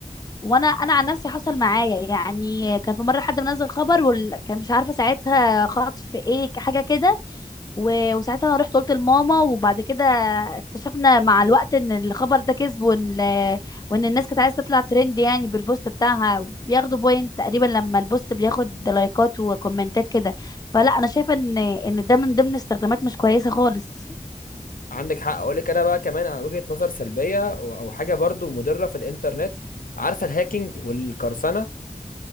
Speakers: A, on the left; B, on the left.
A: وانا انا عن نفسي حصل معايا يعني كان في مره حد منزل خبر وكان مش عارفه ساعتها خطف ايه حاجه كده و- وساعتها انا رحت قلت لماما وبعد كده اكتشفنا مع الوقت ان الخبر ده كذب وان وان الناس كانت عايزه تطلع ترند يعني بالبوست بتاعها بياخدوا بوينت تقريبا لما البوست بياخد لايكات وكومنتات كده فلا انا شايفه ان ان ده من ضمن استخدامات مش كويسه خالص
B: عندك حق اقول لك انا بقى كمان على وجهة نظر سلبية او أو حاجة برضو مضرة في الانترنت عارفة الهاكينج والقرصنة